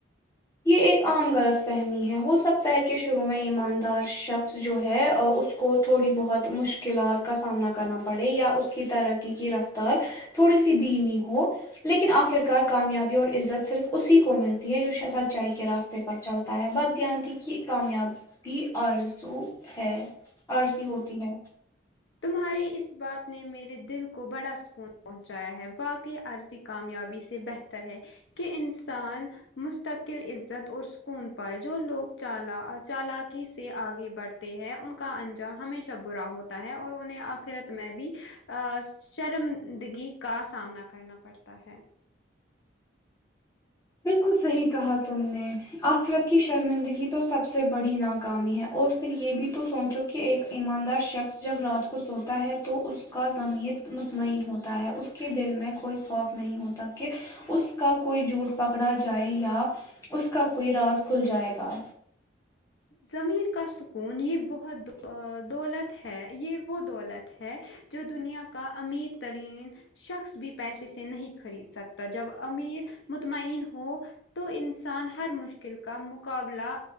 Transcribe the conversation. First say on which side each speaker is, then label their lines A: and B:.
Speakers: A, on the left; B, on the left.
A: یہ ایک عام غلط فہمی ہے ہو سکتا ہے کہ شروع میں ایماندار شخص جو ہے اس کو تھوڑی بہت مشکلات کا سامنا کرنا پڑے یا اس کی ترقی کی رفتار تھوڑی سی دھیمی ہو لیکن آخر کار کامیابی اور عزت صرف اسی کو ملتی ہے جو شہزا اونچائی کے راستے پر چلتا ہے بدان کی کامیاب پ آرزو ہے آرزی ہوتی ہے
B: تمہاری اس بات نے میرے دل کو بڑا سکون پہنچایا ہے واقعی عرضی کامیابی سے بہتر تا ہے کہ انسان مستقل عزت اور سکون پائے جو لوگ چال چالاکی سے آگے بڑھتے ہیں ان کا انجام ہمیشہ برا ہوتا ہے اور انہیں آخرت میں بھی ا شرمندگی کا سامنا کرنا پڑتا ہے
A: بالکل صحیح کہا تم نے آخرت کی شرمندگی تو سب سے بڑی ناکامی ہے اور پھر یہ بھی تو سوچو کہ ایک ایماندار شخص جب رات کو سوتا ہے تو اس کا ضمیر مطمئن ہوتا ہے اس کے دل میں کوئی خوف نہیں ہوتا کہ اس کا کوئی جھوٹ پکڑا جائے یا اس کا کوئی راز کھل جائے گا
B: ضمیر کا سکون ہی بہت دولت ہے یہ وہ دولت ہے جو دنیا کا امیر ترین شخص بھی پیسے سے نہیں خرید سکتا جب امیر مطمئن ہو تو انسان ہر مشکل کا مقابلہ